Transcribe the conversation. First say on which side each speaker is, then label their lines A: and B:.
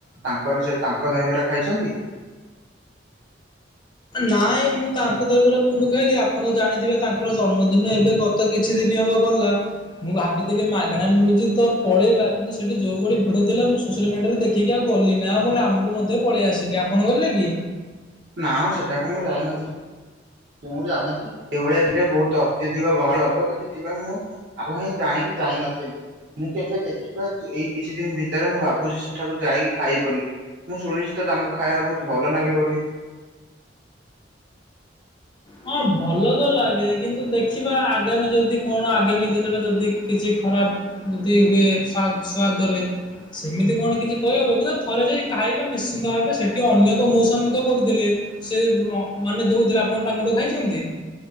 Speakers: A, on the right; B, on the left.
A: ତାଙ୍କର ସେ ତାଙ୍କ ଦହିବରା ଖାଇଛନ୍ତି?
B: ନାଇଁ ମୁଁ ତାଙ୍କ ଦହିବରା କୋଉଠି ଖାଇଲି, ଆପଣ ତ ଜାଣିଥିବେ ତାଙ୍କର ଜନ୍ମଦିନ ଏବେ ଗ ତ କିଛି ଦିନ ହବ ଗଲା। ମୁଁ ଭାବିଥିଲି ମାଗଣା ମିଳୁଚି ତ ପଳେଇବା। କିନ୍ତୁ ସେଠି ଯୋଉ ଭଳି ଭିଡ ଥିଲା ମୁଁ ସୋସିଆଲ୍ ମିଡ଼ିଆରେ ଦେଖିକି ଆଉ ଗଲିନି। ଆମ ଗ୍ରାମକୁ ମଧ୍ୟ ପଳେଇ ଆସିଲି। ଆପଣ ଗଲେ କି?
A: ନାଁ ସେଟାକୁ ମୁଁ ଜାଇନଥି ମୁଁ ଜାଣିଥିଲି ସେଇଭଳିଆ ହେଲେ ବହୁତ ଅତ୍ୟଧିକ ଗହଳି ହବ। ତ ସେଥିପାଇଁ ମୁଁ ଆଗୁଆ ହିଁ ଜାଣିକି ମୁଁ ଜାଇ ନଥିଲି। ମୁଁ କେବେ ଦେଖିବା ଏଇ କିଛି ଦିନ ଭିତରେ ମୁଁ ଭାବୁଚି ସେଠାକୁ ଯାଇକି ଖାଇବି ବୋଲି। ମୁଁ ଶୁଣିଚି ତ ତାଙ୍କ ଖାଇବା ବହୁତ ଭଲ ଲାଗେ ବୋଲି।
B: ହଁ ଭଲ ତ ଲାଗେ। କିନ୍ତୁ ଦେଖିବା ଆଗାମୀ ଯଦି କଣ ଆଗାମୀ ଦିନରେ ଯଦି କିଛି ଖରାପ୍ ଯଦି ହୁଏ ସୁଆ ସ୍ୱାଦ ରେ ସେମିତି କଣ କିଛି କହିହବ କି, <unintelligible> ଥରେ ଯାଇ ଖାଇବା ନିଶ୍ଚିନ୍ତ ଭାବେ। ସେଠି ଅନ୍ୟ ଏକ ମଉସା ମଧ୍ୟ କରୁଥିଲେ। ସେ ମାନେ ଦଉଥିଲେ ଆପଣ ତାଙ୍କଠୁ ଖାଇଛନ୍ତି?